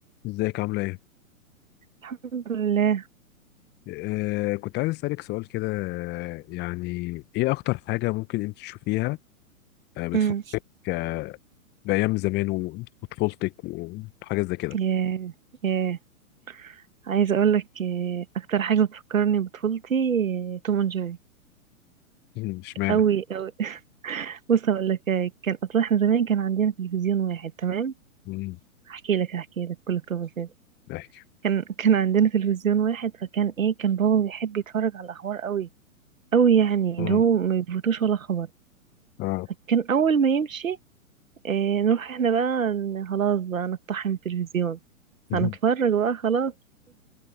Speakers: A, on the left (about 25°); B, on the right (about 65°).
A: ازيك عاملة ايه؟
B: الحمد لله
A: آه كنت عايز اسألك سؤال كده آه، يعني ايه اكتر حاجة ممكن انت تشوفيها آه بتفكرك
B: امم
A: آه بأيام زمان و- وطفولتك وحاجات زي كده
B: ياه ياه عايزه اقول لك آه، اكتر حاجه بتفكرني بطفولتي آه، توم اند جيري
A: <laughs> مم، اشمعنى؟
B: قوي قوي <laughs> بص اقول لك آه، كان اصلا احنا زمان كان عندنا تلفزيون واحد تمام
A: مم،
B: هحكي لك هحكي لك كل التفاصيل
A: بحكي
B: كان كان عندنا تلفزيون واحد فكان ايه كان بابا بيحب يتفرج على الاخبار قوي قوي يعني
A: مم،
B: اللي هو ما بيفوتوش ولا خبر
A: اه
B: فكان اول ما يمشي آه، نروح احنا بقى ن- خلاص بقى نقتحم التلفزيون
A: مم،
B: هنتفرج بقى خلاص